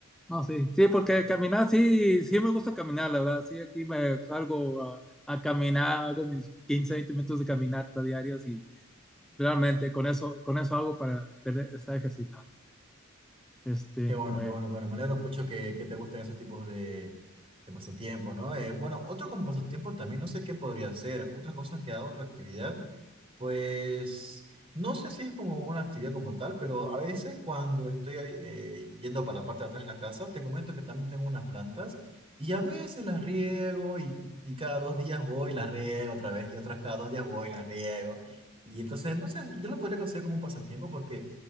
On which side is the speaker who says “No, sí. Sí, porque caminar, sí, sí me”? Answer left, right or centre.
Centre